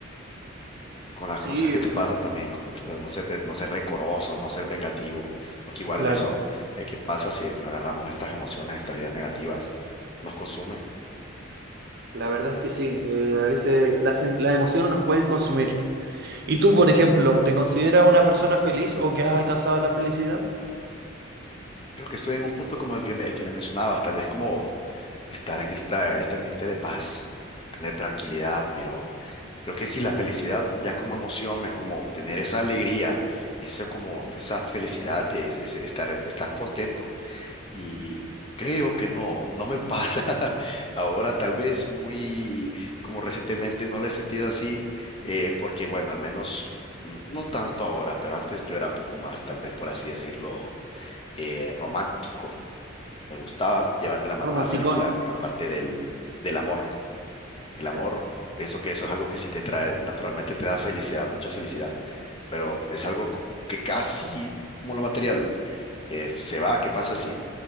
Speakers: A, on the left (about 25°); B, on the right (about 50°).
A: con las
B: Sí,
A: cosas que te
B: no.
A: pasan también, como tratar de no ser, de no ser rencoroso, no ser vengativo, porque igual
B: Claro.
A: eso, eh, ¿qué pasa si agarramos estas emociones, estas ideas negativas, nos consumen?
B: La verdad es que sí, eh, a veces las, en- las emociones nos pueden consumir. ¿Y tú, por ejemplo, te consideras una persona feliz o que has alcanzado la felicidad?
A: Creo que estoy en un punto como el que me, el que me mencionabas, tal vez como estar en esta, este ambiente de paz, tener tranquilidad, pero creo que sí, la felicidad ya como emoción es como obtener esa alegría, eso como esa felicidad de, es- es estar, es estar contento Y creo que no, no me pasa. <laughs> Ahora tal vez muy, como recientemente no lo he sentido así, eh, porque bueno, al menos, mm, no tanto ahora, pero antes yo era poco más, tal vez por así decirlo, eh, romántico. Me gustaba llevar de la mano
B: Romanticón.
A: la felicidad con la parte del, del amor. El amor,
B: Ya.
A: pienso que eso es algo que sí te trae, naturalmente te da felicidad, mucha felicidad, pero es algo co- que casi como lo material. eh, se va, ¿qué pasa si